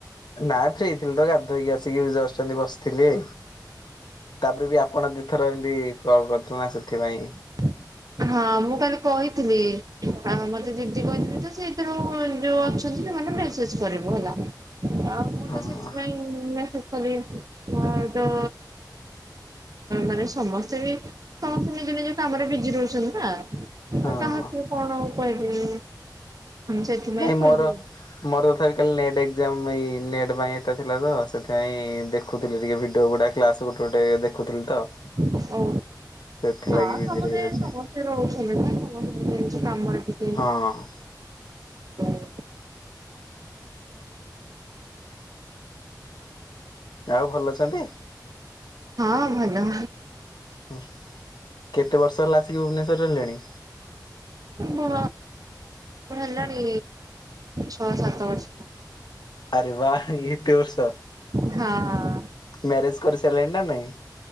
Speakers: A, on the left; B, on the right.
A: ନା ଫ୍ରି ଥିଲି ତ, ଗାଧୋଇକି ଆସିକି ଏବେ ଜଷ୍ଟ ଏମିତି ବସିଥିଲି ତାପରେ ବି ଆପଣ ଦୁଇ ଥର ଏମିତି କଲ୍ କରିଥିଲେ ନା ସେଥିପାଇଁ
B: <unintelligible> ହଁ ମୁଁ କାଲି କହିଥିଲି, ଆଉ ମତେ ଦିଦି କହିଥିଲେ ତ, ସେ ଏଥିରୁ ଯୋଉ ଅଛନ୍ତି ସେମାନେ ମେ ସେଜ୍ କରିବୁ ହେଲା, ଆଉ ମୁଁ
A: ହଁ
B: ତ ସେଥିପାଇଁ ମେସେଜ୍ କଲି, ତ ମାନେ ସମସ୍ତେ ବି ସମସ୍ତେ ନିଜ ନିଜ କାମରେ ବିଜି ରହୁଚନ୍ତି ନା ଆଉ
A: ହଁ।
B: କାହାକୁ କଣ କହିବି? ସେଥିପାଇଁ
A: ନାଇଁ ମୋର,
B: କହିଲି
A: ମୋର ତଥାପି କାଲି ନେଟ୍ ଏକ୍ଜାମ ପାଇଁ ନେଟ୍ ପାଇଁ ଏତେ ଥିଲା ତ, ସେଥିପାଇଁ ଦେଖୁଥିଲି ଟିକେ ଭିଡିଓ ଗୁଡା କ୍ଲାସ ଗୋଟେ ଗୋଟେ ଦେଖୁଥିଲି ତ
B: ଓ ହଁ,
A: ସେଥିଲାଗି
B: ସମସ୍ତେ,
A: ବିଜି ରହିଯାଉଛି।
B: ସମସ୍ତେ ରହୁଚନ୍ତି ନା, ସମସ୍ତେ ନିଜ ନିଜ କାମରେ ଟିକେ
A: ହଁ
B: <unintelligible>
A: ଆଉ ଭଲ ଅଛନ୍ତି?
B: ହଁ ଭଲ।
A: ହୁଁ, କେତେ ବର୍ଷ ହେଲା ଆସିକି ଭୁବନେଶ୍ୱରରେ ରହିଲେଣି?
B: ମ ହେଲାଣି ଛଅ ସାତ ବର୍ଷ।
A: ଆରେ ୱା, ଏତେ ବର୍ଷ,
B: ହଁ
A: ମ୍ୟାରେଜ କରିସାଇଲେଣି ନା ନାଇଁ?